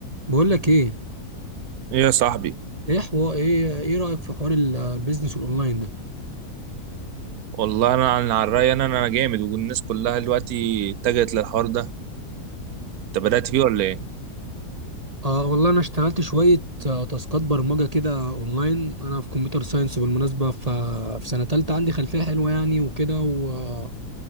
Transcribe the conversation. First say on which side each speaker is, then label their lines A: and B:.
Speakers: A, on the right; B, on the right.
A: بقول لك ايه
B: ايه يا صاحبي
A: ايه حوار ايه ايه رايك في حوار ال- البيزنس الاونلاين ده
B: والله انا عن على الراي انا انا جامد والناس كلها دلوقتي اتجهت للحوار ده انت بدأت فيه ولا ايه
A: آه والله انا اشتغلت شويه آه تاسكات برمجه كده اونلاين انا في كمبيوتر ساينس بالمناسبه ف- في سنه تالتة عندي خلفيه حلوه يعني وكده و-